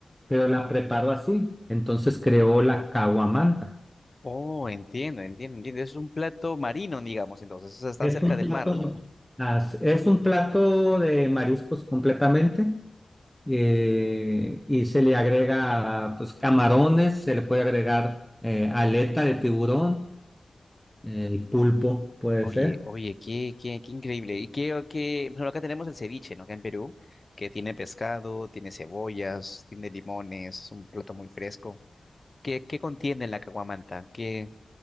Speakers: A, in the centre; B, on the left (about 35°).
A: pero la preparó así. Entonces creó la caguamanta.
B: oh, entiendo, entiendo, entiendo. Es un plato marino, digamos, entonces, o sea, están
A: Es
B: cerca
A: un
B: del
A: plato,
B: mar.
A: as- es un plato de mariscos completamente eh, y se le agrega pues camarones, se le puede agregar eh, aleta de tiburón, eh, pulpo puede
B: Oye,
A: ser.
B: oye, qué, qué, qué increíble. Y qué, qué, bueno, acá tenemos el ceviche, ¿no? Acá en Perú, que tiene pescado, tiene cebollas, tiene limones, un plato muy fresco. ¿Qué, qué contiene la caguamanta? ¿Qué,